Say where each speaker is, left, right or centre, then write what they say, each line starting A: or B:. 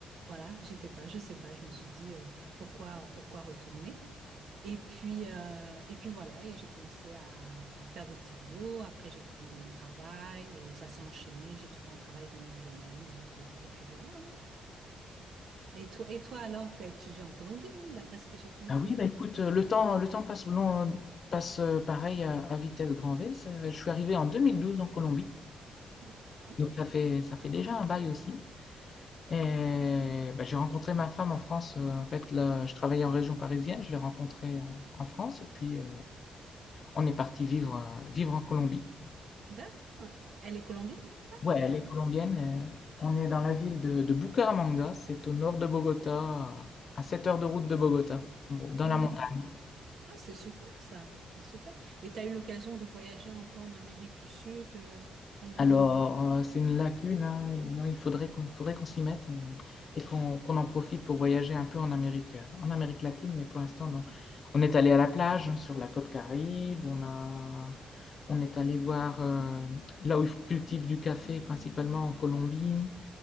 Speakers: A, on the right (about 65°); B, on the left (about 40°).
A: Voilà, j'étais pas, je sais pas, je me suis dit euh, p- pourquoi pourquoi retourner. Et puis euh, et puis voilà, et j'ai commencé à faire des petits boulots. Après j'ai trouvé un autre travail et ça s'est enchaîné. J'ai trouvé un travail dans mon domaine et puis et puis voilà. hein. Et toi et toi alors, que tu vis en Colombie, non, d'après ce que j'ai compris.
B: Ah oui, bah écoute, euh, le temps, le temps passe, long- passe euh, pareil à, à vitesse grand V. Ça- je suis arrivé en 2012 en Colombie,
A: D'accord.
B: donc ça fait, ça fait déjà un bail aussi. Et bah, j'ai rencontré ma femme en France. euh, en fait, là, je travaillais en région parisienne, je l'ai rencontrée euh, en France, et puis euh, on est parti vivre, euh, vivre en Colombie.
A: D'accord. Elle est colombienne ta femme
B: Ouais,
A: ou
B: elle
A: pas?
B: est colombienne. euh, On est dans la ville de, de Bucaramanga, c'est au nord de Bogota, à 7 heures de route de Bogota, en gros, dans
A: D'accord.
B: la montagne.
A: Ah, c'est super ça, c'est super. Et tu as eu l'occasion de voyager un peu en Amérique du Sud euh, pendant,
B: Alors,
A: pendant...
B: euh, c'est une lacune, hein, et non, il faudrait qu'on faudrait qu'on s'y mette et, et qu'on qu'on en profite pour voyager un peu en Amérique, euh, en Amérique latine, mais pour l'instant, non. On est allé à la plage, hein, sur la côte Caraïbe, on a, on est allé voir euh, là où ils cultivent du café, principalement en Colombie,